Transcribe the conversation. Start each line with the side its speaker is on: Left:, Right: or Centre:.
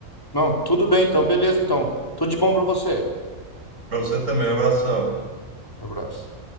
Left: Não, tudo bem então. Beleza então. Tudo de bom pra você.
Right: Para você também, um abração.
Left: Abraço.